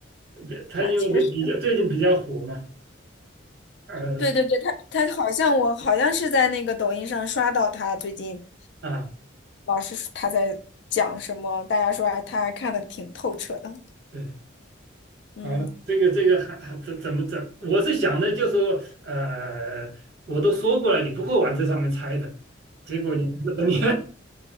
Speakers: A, on the right; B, on the left.
A: 对，他因为这比较最近比较火嘛，
B: 那确实。
A: 呃，
B: 对对对，他他好像我好像是在那个抖音上刷到他最近，
A: <laughs> 啊，
B: 老是说他在讲什么，大家说还他还看的挺透彻的。
A: 对，
B: 嗯，
A: 好了，这个这个还还怎怎么怎，我是想的就说，呃，我都说过了，你不会往这上面猜的，结果你 <laughs> 你，